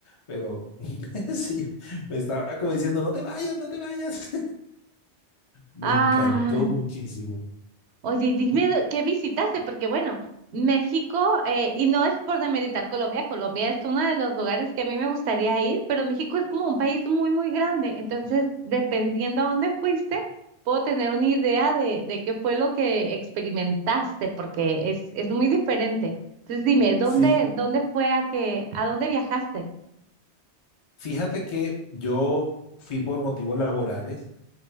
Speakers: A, on the left; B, on the right.
A: Pero <laughs> sí, me estaba como diciendo, no te vayas, no te vayas. Me
B: Ah,
A: encantó muchísimo.
B: Oye, y dime qué visitaste, porque bueno, México, eh, y no es por demeritar Colombia, Colombia es uno de los lugares que a mí me gustaría ir, pero México es como un país muy, muy grande, entonces dependiendo a dónde fuiste, puedo tener una idea de, de qué fue lo que experimentaste, porque es, es muy diferente. Entonces dime, ¿dónde,
A: Sí,
B: dónde fue a que, a dónde viajaste?
A: fíjate que yo fui por motivos laborales.